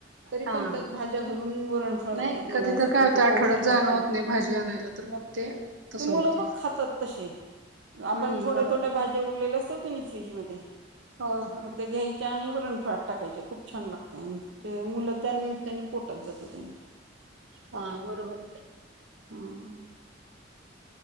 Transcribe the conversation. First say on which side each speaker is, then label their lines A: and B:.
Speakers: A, on the right (about 65°); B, on the right (about 80°).
A: तरी
B: हा.
A: पण घाून वरण करतात
B: नाही
A: मुलांसाठी
B: कधी तर काय होते
A: ते
B: आठवड्यात
A: पौष्टिक
B: जाणं
A: असते
B: होत नाही भाजी आणायला तर मग ते तसं
A: ते मुलं
B: होते.
A: बघ खातात त आपण
B: हम्म
A: थोड्या
B: बरोबर
A: थोड्या भाज्या उरलेल्या अस फ्रीज मध्ये
B: हो हो
A: मग ते घ्याय आणि वरणफळट टाकायच्या खूप छान लागत आणि ते मुलं त्यानिमित्ताने पोटत जाते त्यांच्या
B: ह बरोबर
A: होम